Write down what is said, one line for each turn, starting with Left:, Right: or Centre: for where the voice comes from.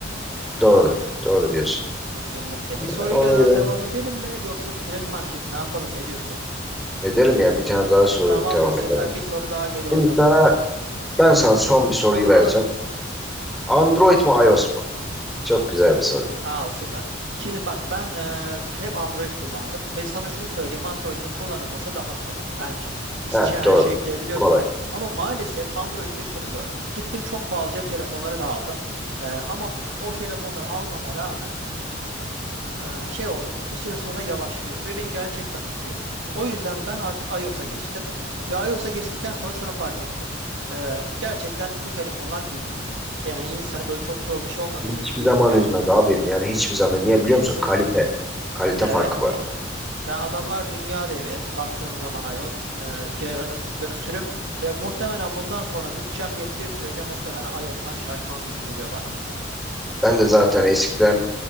Centre: doğru. Doğru diyorsun.
Right: Kesinlikle.
Centre: Ya
Right: Bir soruyla
Centre: ona
Right: daha
Centre: göre
Right: devam edelim mi yoksa bitirelim mi anketi ne yapalım ne diyorsun?
Centre: edelim ya. Bir tane daha soru
Right: Tamamdır
Centre: devam
Right: süper.
Centre: edelim.
Right: Bir soru daha geliyor
Centre: Şimdi
Right: o zaman
Centre: sana
Right: sen. Hı?
Centre: ben sana son bir soruyu
Right: Olur
Centre: vereceğim.
Right: olur.
Centre: Android mi iOS mu? Çok güzel bir soru.
Right: Aa süper. Şimdi bak ben e, hep Android kullandım ve sana şunu söyleyeyim Android'in kullanılması daha kolay bence. İçine
Centre: Heh,
Right: her
Centre: doğru.
Right: şeyi yükleyebiliyorsun.
Centre: Kolay.
Right: Ama maalesef Android'de şunu gördüm. Gittim çok pahalı cep telefonları da aldım. E, ama o telefonları almama rağmen e, şey oldu. Bir süre sonra yavaşlıyor ve beni gerçekten üzüyor. O yüzden ben artık iOS'a geçtim ve iOS'a geçtikten sonra şunu fark ettim. E, gerçekten bu telefonlar üzmüyor. Yani insanı böyle çok zor bir şey olmadığı
Centre: Hiçbir
Right: sürece üzmüyor.
Centre: zaman üzmez abim. Yani hiçbir zaman. Niye biliyor
Right: Kesinlikle.
Centre: musun? Kalite. Kalite
Right: Evet.
Centre: farkı var.
Right: Yani adamlar dünya devi. Baktığın zaman iOS e, yarattıkları sürüm ve muhtemelen bundan sonra bütçem yettiği sürece muhtemelen iOS'tan şaşmam gibi geliyor bana.
Centre: Ben de zaten eskiden